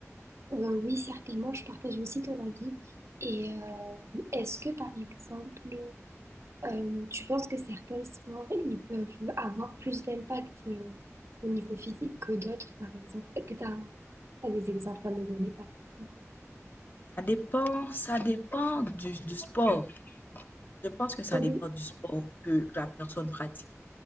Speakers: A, on the right (about 55°); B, on the left (about 40°).
A: euh, oui, certainement, je partage aussi ton avis. Et euh, est-ce que, par exemple, euh, tu penses que certains sports, ils peuvent avoir plus d'impact euh, au niveau physique que d'autres, par exemple? Est-ce que tu as, des exemples à me donner, par exemple?
B: Ça dépend, ça dépend du, du sport. Je pense que ça
A: Oui,
B: dépend du sport que, que la personne pratique.